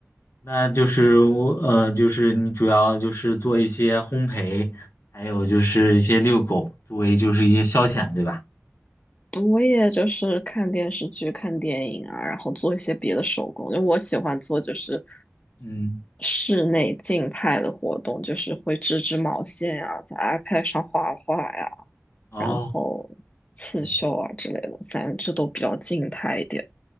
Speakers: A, on the left; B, on the left.
A: 那就是我呃，就是你主要就是做一些烘焙，还有就是一些遛狗，作为就是一些消遣，对吧？
B: 我也就是看电视剧、看电影啊，然后做一些别的手工。因为我喜欢做就是
A: 嗯，
B: 室内静态的活动，就是会织织毛线啊，在 iPad 上画画呀、
A: 哦。
B: 然后刺绣啊之类的，
A: 对
B: 反正这都比较静态一点。